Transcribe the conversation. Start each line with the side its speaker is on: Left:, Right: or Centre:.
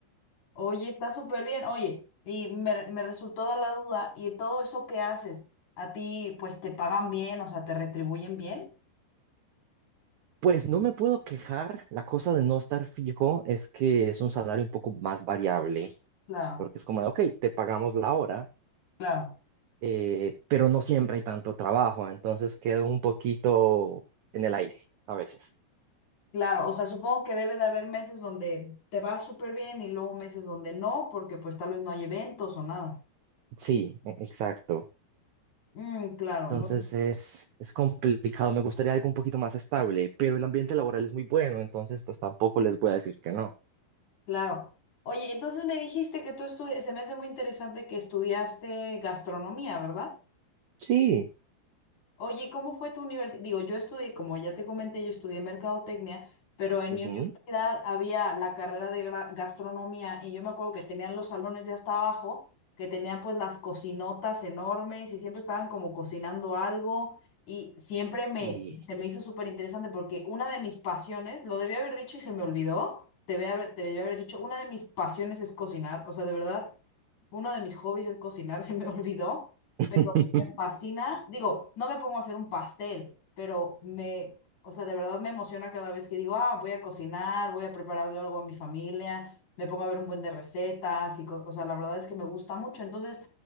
Left: Oye, está súper bien. Oye, y me, me resultó la duda, ¿y todo eso que haces, a ti pues te pagan bien, o sea, te retribuyen bien?
Right: Pues no me puedo quejar. La cosa de no estar fijo es que es un salario un poco más variable,
Left: Claro,
Right: porque es como de, ok, te pagamos la hora,
Left: claro,
Right: eh, pero no siempre hay tanto trabajo. Entonces quedo un poquito en el aire a veces.
Left: claro. O sea, supongo que debe de haber meses donde te va súper bien y luego meses donde no, porque pues tal vez no hay eventos o nada.
Right: Sí, e- exacto.
Left: Mm, claro,
Right: Entonces
Left: no.
Right: es, es complicado, me gustaría algo un poquito más estable, pero el ambiente laboral es muy bueno, entonces pues tampoco les voy a decir que no.
Left: Claro. Oye, entonces me dijiste que tú estudias, se me hace muy interesante que estudiaste gastronomía, ¿verdad?
Right: Sí.
Left: Oye, ¿y ¿cómo fue tu universidad? Digo, yo estudié, como ya te comenté, yo estudié mercadotecnia, pero en
Right: ujú,
Left: mi universidad había la carrera de gra- gastronomía y yo me acuerdo que tenían los salones de hasta abajo, que tenían pues las cocinotas enormes y siempre estaban como cocinando algo y siempre me,
Right: Sí.
Left: se me hizo súper interesante porque una de mis pasiones, lo debí haber dicho y se me olvidó, te debí haber, te debí haber dicho, una de mis pasiones es cocinar, o sea, de verdad. Uno de mis hobbies es cocinar, <laughs> se me olvidó,
Right: <laughs>
Left: pero me fascina. Digo, no me pongo a hacer un pastel, pero me, o sea, de verdad me emociona cada vez que digo, ah, voy a cocinar, voy a preparar algo algo a mi familia, me pongo a ver un buen de recetas y, co- o sea, la verdad es que me gusta mucho. Entonces,